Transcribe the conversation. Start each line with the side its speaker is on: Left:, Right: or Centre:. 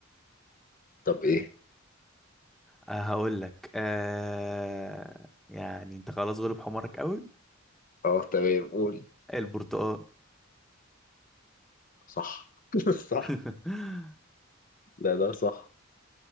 Left: طب إيه؟
Centre: أه هقول لك أه يعني انت خلاص غلب حمارك قوي
Left: أه تمام قول
Centre: البرتقال
Left: صح <laughs> صح
Centre: <laughs>
Left: لا لا صح